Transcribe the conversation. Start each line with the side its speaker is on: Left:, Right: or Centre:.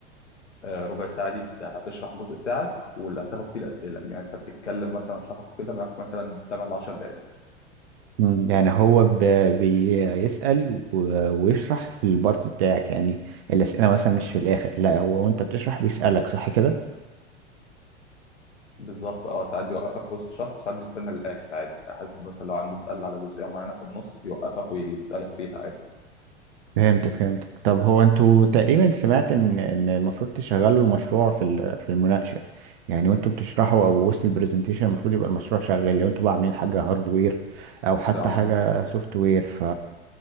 Left: آه، ربع ساعة دي انت هتشرح الجزء بتاعك واللي هتاخد فيه الأسئلة يعني انت بتتكلم مثلا شرحك كده معاك مثلا 8 ل 10 دقايق
Right: مم. يعني هو ب... بيسأل و... ويشرح في البارت بتاعك يعني الأسئلة مثلا مش في الآخر لا هو وأنت بتشرح بيسألك صح كده
Left: بالظبط اه ساعات بيوقفك في وسط الشرح وساعات بيستنى للآخر عادي على حسب مثلا لو عنده سؤال على جزئية معينة في النص بيوقفك ويسألك فيها عادي
Right: فهمتك فهمتك طب هو انتوا تقريبا سمعت ان ان المفروض تشغلوا المشروع في ال- في المناقشه يعني وانتوا بتشرحوا او وسط البرزنتيشن المفروض يبقى المشروع شغال لو انتوا بقى عاملين حاجه هاردوير او حتى
Left: لو عن...
Right: حاجه سوفت وير ف